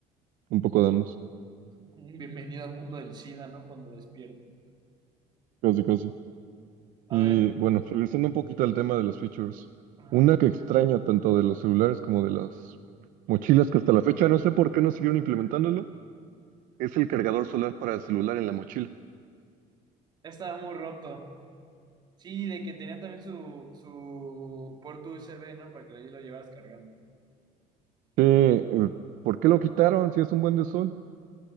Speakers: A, on the right (about 65°); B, on the right (about 30°).
A: Un poco de ambas,
B: <laughs> Un bienvenido al mundo del SIDA, ¿no? Cuando despierto.
A: casi casi. Y
B: A ver,
A: bueno, regresando un poquito al tema de los features,
B: ajá.
A: una que extraño tanto de los celulares como de las mochilas que hasta la fecha no sé por qué no siguieron implementándolo, es el cargador solar para el celular en la mochila.
B: Estaba muy roto. Sí, de que tenía también su, su puerto USB, ¿no? Para que ahí lo llevas cargando.
A: Eh, eh, ¿por qué lo quitaron si es un buen de sol?